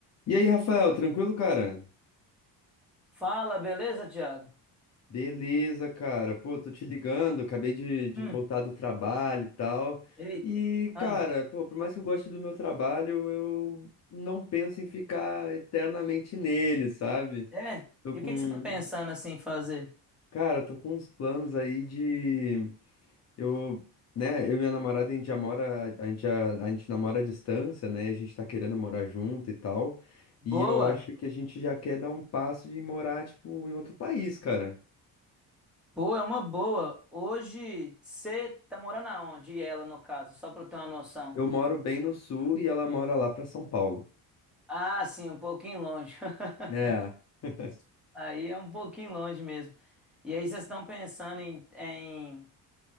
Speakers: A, on the left (about 40°); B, in the centre.
A: E aí, Rafael, tranquilo, cara?
B: Fala, beleza, Thiago?
A: Beleza, cara. Pô, tô te ligando, acabei de, de
B: Hum,
A: voltar do trabalho e tal.
B: eita.
A: E,
B: Ah,
A: cara, pô, por mais que eu goste do meu trabalho, eu não penso em ficar eternamente nele, sabe?
B: é?
A: Tô
B: E
A: com.
B: o que que você tá pensando assim fazer?
A: Cara, tô com uns planos aí de. Eu, né, eu e minha namorada, a gente já mora. A gente, já- a gente namora à distância, né? A gente tá querendo morar junto e tal.
B: Boa?
A: E eu acho que a gente já quer dar um passo de morar, tipo, em outro país, cara.
B: Pô, é uma boa. Hoje você tá morando aonde? E ela, no caso, só pra eu ter uma noção.
A: Eu moro bem no sul e ela mora lá pra São Paulo.
B: Ah, sim, um pouquinho longe. <laughs>
A: É. <laughs>
B: Aí é um pouquinho longe mesmo. E aí vocês estão pensando em, em,